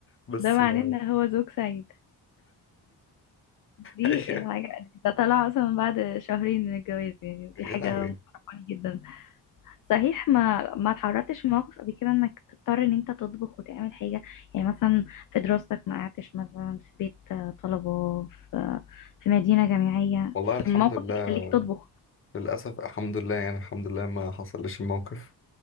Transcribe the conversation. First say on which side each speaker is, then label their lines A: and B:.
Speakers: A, on the left; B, on the left.
A: بس
B: ده معناه
A: <laughs>
B: ان هو زوج سعيد دي
A: ايوه
B: الحاجة ده طلع اصلا من بعد شهرين من الجواز يعني ودي
A: يا
B: حاجة
A: لهوي
B: مفرحاني جدا صحيح ما ما اتعرضتش في موقف قبل كده انك تضطر ان انت تطبخ وتعمل حاجة يعني مثلا في دراستك ما قعدتش مثلا في بيت آه، طلبة في آه، في مدينة جامعية
A: والله
B: في
A: الحمد
B: الموقف
A: لله
B: اللي يخليك تطبخ
A: للأسف الحمد لله يعني الحمد لله ما حصلش الموقف